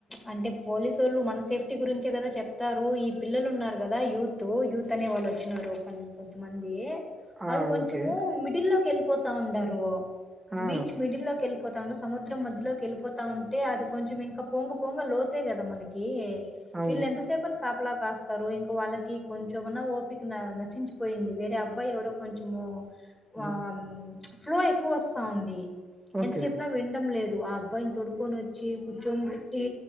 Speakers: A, in the centre; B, on the right.
A: అంటే పోలీసోళ్ళు మన సేఫ్టీ గురించే కదా చెప్తారు. ఈ పిల్లలు ఉన్నారు కదా, యూత్ యూత్ అనే వాళ్ళు వచ్చినారు కొన్ని కొంతమంది. వాళ్ళు
B: ఆ!
A: కొంచెము
B: ఓకే.
A: మిడిల్ లోకెల్ పోతా ఉండారు
B: ఆ!
A: బీచ్ మిడిల్ లోకి వెళ్ళిపోత్ తాను సముద్ర మద్ ధ్య లోకి వెళ్ళిపోతా ఉంటే, అది కొంచెం ఇంకా పొంగ పొంగ లోతే కదా మనకి.
B: అవును.
A: వీళ్ ఎంత సేపు అని కాప్ కాపులా కాస్తారు ఇంకా వాళ్ళకి కొంచెంమన్నా ఓపిక నశించిపోయింది, వేరే అబ్బాయి ఎవరో కొంచెము.
B: హ్మ్.
A: ఆ మ్ ఫ్లో ఎక్కువ వస్తా ఉంది
B: ఓకే.
A: ఎంత చెప్పినా వినడం లేద్ దు ఆ అబ్బాయిని తోడుకొని వచ్చి కూర్చోంన్ బెట్టి